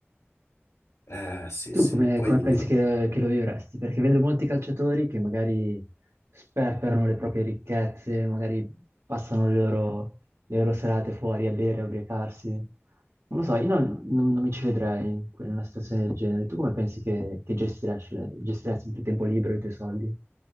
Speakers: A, on the left; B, on the right.
A: Eh sì,
B: Tu
A: sì,
B: come,
A: poi
B: come pensi
A: no,
B: che, che lo vivresti? Perché vedo molti calciatori che magari sperperano le proprie ricchezze, magari passano le loro, le loro serate fuori a bere, a ubriacarsi. Non lo so, io non, non- non mi ci vedrei in que- in una situazione del genere. Tu come pensi che, che gestiresti, le- gestiresti il tuo tempo libero, i tuoi soldi?